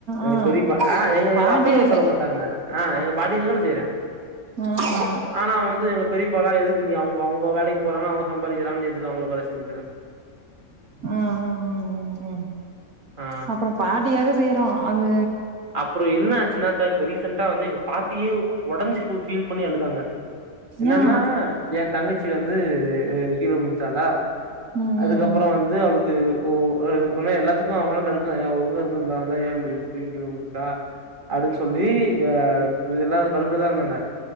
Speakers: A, on the right; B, on the right.
A: எங்க
B: ஆ
A: பெரியப்பா ஆ எங்க
B: பாட்டிக்காக
A: எங்க அப்பையு சொல்ல மாட்டாங்க ஆ எங்க பாட்டிக்காக நா செய்றே
B: ஆமா
A: ஆனா வந்து எங்கப் பெரிப்பாலா எதுக்கு நீ அவங்க அவங்க வேலைக்கு போறாங்க அவங்க சம்பாக்கிறாங்க நீ எதுக்கு அவங்களுக்கு வேல செஞ்சு
B: ம் ம் ம் ம் ம்
A: ஆ
B: அப்புற பாட்டிக்காக செய்றோ அந்த
A: அப்புறோ என்ன ஆச்சுனாக்கா இப்ப ரீசன் ரீசன்டா வந்து எங்க பாட்டியே ஒடஞ்சு ஃபுல் ஃபீல் பண்ணி அழுதாங்க என்னனா
B: ஏ
A: ஏந் தங்கச் சி வந்து கீழ உளுந்துட்டாலா
B: ம் ம்
A: அதுக்கப்பறோ வந்து அவளுக் இது ஓ அது இது மாரி எல்லாத்துக்கு அவ மேல கடுப்புதா ஏ ஒழுங்கா இருந்துருக்குளால்ல ஏ இப்டி போய் கீழ உளுந்துபுட்டா அப்டின் சொல்லி ஆ இதெல்லா கடுப்புலதா இருந்தாங்க